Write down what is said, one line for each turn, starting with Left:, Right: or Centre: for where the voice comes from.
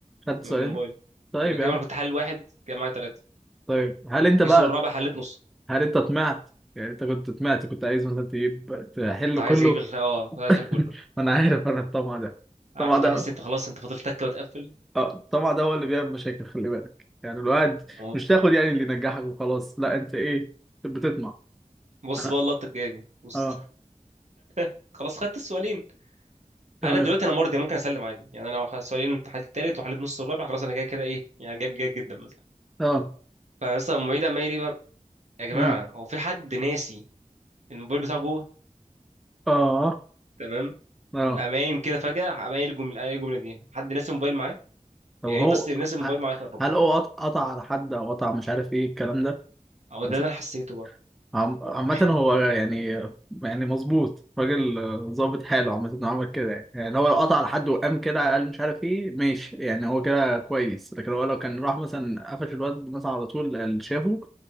Centre: خدت
Right: من
Centre: سؤالين
Right: الموبايل
Centre: طيب
Right: يبقى كده
Centre: يا عم
Right: انا كنت حل واحد كده معايا ثلاثه
Centre: طيب هل انت
Right: في
Centre: بقى
Right: سؤال رابع حليت نصه
Centre: هل انت طمعت يعني انت كنت طمعت كنت عايز مثلا تجيب تحل
Right: كنت عايز
Centre: كله
Right: اجيب الخ... اه كنت عايز
Centre: <laughs>
Right: احل كله
Centre: انا عارف انا الطمع ده الطمع
Right: عارف انت
Centre: ده
Right: تحس انت خلاص انت فاضل تكه وتقفل
Centre: اه طبعا ده هو اللي بيعمل مشاكل خلي بالك يعني الواحد
Right: ما هو-
Centre: مش تاخد يعني اللي ينجحك وخلاص لا انت ايه بتطمع
Right: بص
Centre: انا
Right: بقى اللقطه الجايه دي بص
Centre: اه
Right: <laughs> خلاص خدت السؤالين
Centre: تمام
Right: انا دلوقتي انا مرضي ممكن اسلم عادي يعني انا لو خ- سؤالين حليت التالت وحليت نص الرابع خلاص انا كده كده ايه يعني جايب جيد جدا مثلا
Centre: اه
Right: فمثلا المعيد عمال يقول لي بقى يا جماعه
Centre: امم
Right: هو في حد ناسي الموبايل بتاعه جوه
Centre: اه
Right: تمام
Centre: اه
Right: قام قايم كده فجاه قام قايل الجمله قايل الجمله دي حد ناسي الموبايل معاه
Centre: طب
Right: يا
Centre: هو
Right: ريت بس اللي ناسي الموبايل
Centre: ه-
Right: معاه يخرجه
Centre: هل هو قط- قطع على حد او قطع مش عارف ايه الكلام ده
Right: او
Centre: حصل.
Right: ده اللي انا حسيته بقى
Centre: عم- عامة
Right: <clears throat>
Centre: هو يعني يعني مظبوط راجل آه، ظابط حاله عامة انه عمل كده يعني يعني هو لو قطع على حد وقام كده قال مش عارف ايه ماشي يعني هو كده كويس لكن هو لو كان راح مثلا قفش الواد مثلا على طول اللي شافه